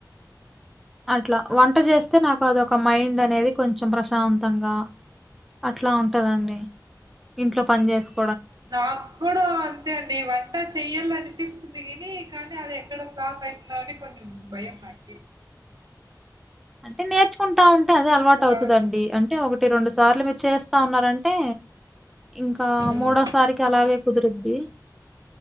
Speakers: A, in the centre; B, on the right (about 70°).
A: <inaudible> అట్లా వంట చేస్తే నాకు అదొక మైండ్ అనేది కొంచెం ప్రశాంతంగా అట్లా ఉంటదండి ఇంట్లో పని చేసుకు
B: నాకు కూడా అంతే అండి వంట చెయ్యాల అనిపిస్తుంది కాని అది ఎక్కడ ఫ్లప్ ఆయితుందో అని కొంచం భయ మాట
A: అంటే నేర్చుకుంటా ఉంటే అదే అలవాటు అవుతుందండి
B: కావచ్చు.
A: అంటే ఒకటి రెండు సార్లు మీరు చేస్తా ఉన్నంటే అంటే ఇంకా
B: హ్మ్.
A: మూడోసారికి అలాగే కుదురుద్ది